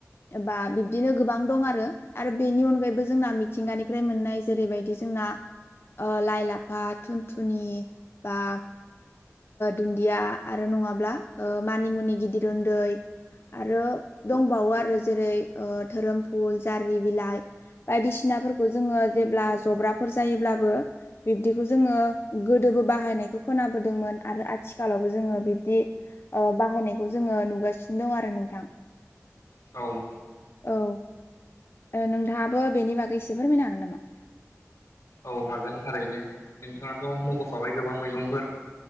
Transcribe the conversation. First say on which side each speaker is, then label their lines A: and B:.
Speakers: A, on the left (about 50°); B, on the left (about 85°).
A: एबा बिबदिनो गोबां दं आरो आरो बेनि अनगायैबो जोंना मिथिंगानिफ्राय मोननाय जेरैबायदि जोंना लाइ लाफा थुनथुनि बा दुन्दिया आरो नङाब्ला मानिमुनि गिदिर उन्दै आरो दंबावो आरो जेरै धोरोम फुल जारि बिलाइ बायदिसिनाफोरखौ जोङो जेब्ला जब्राफोर जायोब्लाबो बिब्दिखौ जोङो गोदोबो बाहायनायखौ खोनाबो दोंमोन आरो आथिखालावबो जोङो बिबदि बाहायनायखौ जोङो नुगासिनो दं आरो नोंथां
B: औ
A: औ नोंथाङाबो बेनि बागै एसे फोरमायनो हागोन नामा
B: औ हागोन थारैनो नोंथाङाथ' मख'खाबाय गोबां मैगंफोर